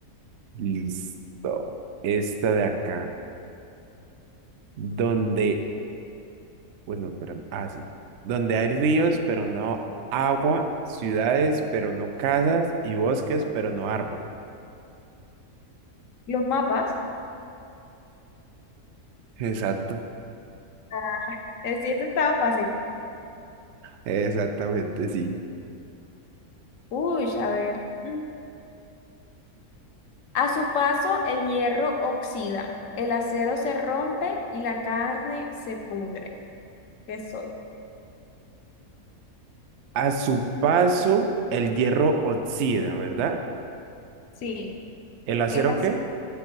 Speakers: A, on the right; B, on the left.
A: Listo. Esta de acá. Donde, bueno, pero, ah, sí. Donde hay ríos, pero no agua, ciudades, pero no casas, y bosques, pero no árbol.
B: Los mapas.
A: Exacto.
B: Ah, es, sí, este estaba fácil.
A: Exactamente, sí.
B: Uy, a ver. Mm. A su paso, el hierro oxida, el acero se rompe y la carne se pudre. ¿Qué soy?
A: A su paso, el hierro oxida, ¿verdad?
B: Sí,
A: ¿El acero
B: el, ac-
A: qué?